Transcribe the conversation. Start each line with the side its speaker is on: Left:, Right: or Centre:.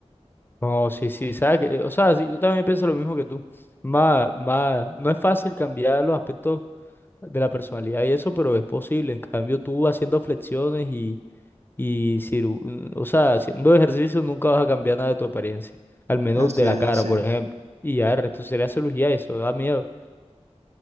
Left: No, sí, sí, sabes que, o sea, sí, yo también pienso lo mismo que tú. Más, más, no es fácil cambiar los aspectos de la personalidad y eso, pero es posible. En cambio, tú haciendo flexiones y, y ciru- o sea, haciendo ejercicio nunca vas a cambiar nada de tu apariencia. Al menos
Right: Así
Left: de la
Right: es,
Left: cara,
Right: así
Left: por
Right: es.
Left: ejemplo. Y ya, el resto sería cirugía, y eso da miedo.